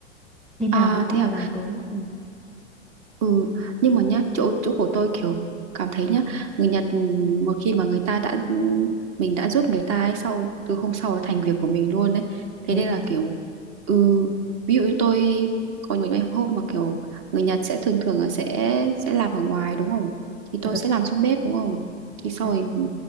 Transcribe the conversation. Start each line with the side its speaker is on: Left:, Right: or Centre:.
Centre: Đi nào
Right: à
Centre: cũng không
Right: thế
Centre: phải
Right: à
Centre: là tối muộn. Ừ.
Right: Ừ, nhưng mà nhá, chỗ chỗ của tôi kiểu cảm thấy nhá, người Nhật ừ, một khi mà người ta đã ừ, mình đã giúp người ta ấy, sau từ hôm sau ấy thành việc của mình luôn đấy. Thế
Centre: Ế,
Right: nên là kiểu ừ, ví dụ như tôi có những cái hôm mà kiểu người Nhật sẽ thường thường là sẽ sẽ làm ở ngoài đúng không? Thì tôi
Centre: ờ,
Right: sẽ làm trong bếp đúng không? Thì sau
Centre: à,
Right: rồi ừ,